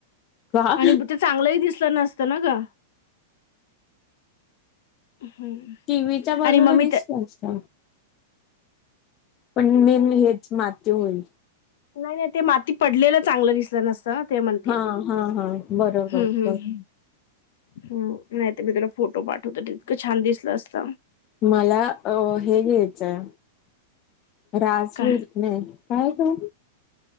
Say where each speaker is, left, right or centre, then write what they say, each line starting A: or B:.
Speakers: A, on the left (about 25°); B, on the left (about 60°).
A: का
B: आणि ते चांगलंही दिसलं नसतं ना ग हम्म.
A: टीव्हीच्या बाजूला
B: आणि मग
A: दिसल
B: मी
A: असत पण
B: त्या
A: मेन हेच माती होईल
B: नाही नाही ते माती पडलेलं चांगलं दिसलं नसत ते म्हणतीी
A: हा हा हा बरोबर
B: हम्म हम्म
A: बरोबर
B: ह ह नाहीत मी तला फोटो पाठवत तितकं छान दिसलं असत
A: मला अ हे घ्यायचंय राजवीर
B: काय
A: नाही काय ग